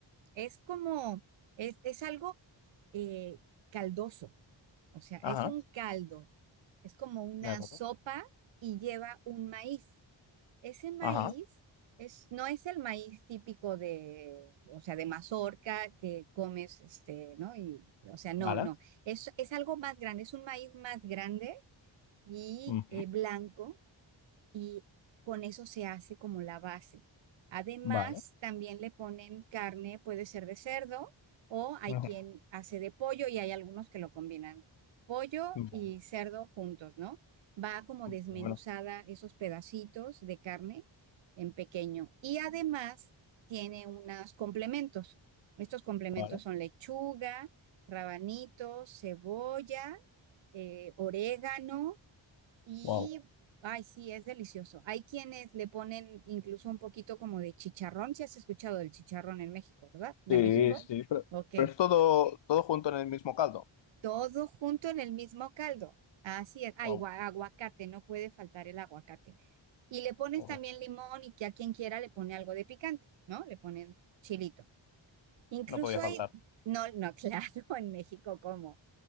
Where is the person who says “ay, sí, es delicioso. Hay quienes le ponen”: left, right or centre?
Right